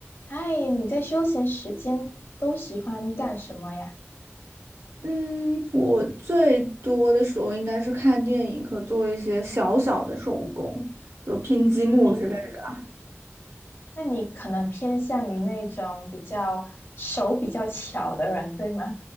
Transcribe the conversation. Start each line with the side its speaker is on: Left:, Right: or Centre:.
Left: 嗨，你在休闲时间都喜欢干什么呀？
Right: 嗯，我最多的时候应该是看电影和做一些小小的手工，就是拼积木之类的。
Left: 你，那你可能偏向于那种比较手比较巧的人，对吗？